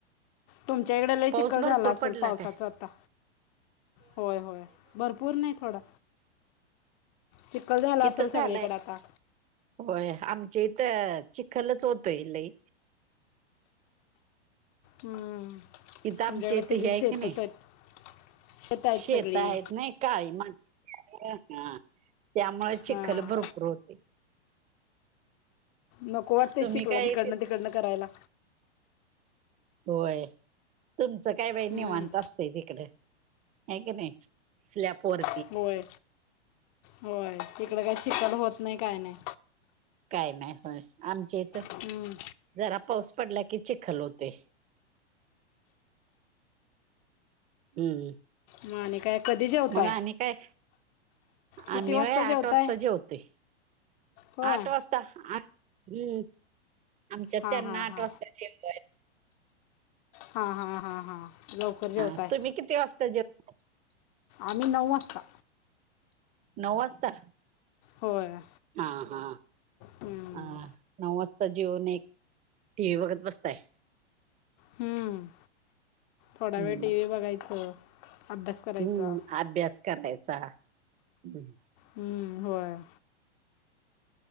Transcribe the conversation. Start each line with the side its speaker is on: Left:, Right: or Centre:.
Left: तुमच्या इकडे लही
Right: पाऊस
Left: चिखल
Right: भरपूर
Left: झाला असेल
Right: पडला
Left: पावसाच
Right: काय?
Left: आता, होय होय भरपूर नाही थोडा, चिखल झाला असेल
Right: इथं
Left: सगळीकडे
Right: झालाय
Left: आता,
Right: होय आमचे इथ चिखलच होतय लई,
Left: हम्म,
Right: इथ आमच्या
Left: तुमच्याकडे
Right: इथ
Left: सगळी
Right: हे
Left: शेतच
Right: आहे का नाही
Left: आहेत आहेत
Right: शेत
Left: सगळी
Right: आहेत नाही, काळी माती, हा त्यामुळे चिखल
Left: हां
Right: भरपूर होते,
Left: नको वाटते
Right: तुम्ही
Left: चिखला
Right: काय
Left: तिकडनं
Right: येथे,
Left: तिकडनं करायला,
Right: होय, तुमचं काय बाई निवांत
Left: हम्म.
Right: असतं, व्हय तिकडं हाय कानी स्लॅप वर,
Left: होय होय तिकड काय चिखल होत नाय काय नाय,
Right: काय नाय होय आमच्या इथ,
Left: हम्म,
Right: जरा पाऊस पडला की चिखल होतोय, हम्म,
Left: मग आणि काय, कधी जेवताय
Right: मग आणि काय,
Left: किती
Right: आम्ही
Left: वाजता
Right: व्हय आठ
Left: जेवताय
Right: वाजता जेवतोय.
Left: होय
Right: आठ वाजता हम्म आमच्यात
Left: हां
Right: त्यांना
Left: हां
Right: आठ
Left: हां
Right: वाजता, जेवण,
Left: हा हा हा हा लवकर जेवताय,
Right: हा तुम्ही किती वाजता जेव
Left: आम्ही नऊ वाजता,
Right: नऊ वाजता,
Left: होय,
Right: हा हा....
Left: हम्म.
Right: आ नऊ वाजता जेऊन एक टी व्ही बघत बसताय?
Left: हम्म.. थोडा
Right: हम्म
Left: वेळ टी व्ही बघायच, अभ्यास करायचा
Right: हम्म.. आभ्यास करायचा. हम्..
Left: हम्म.. होय.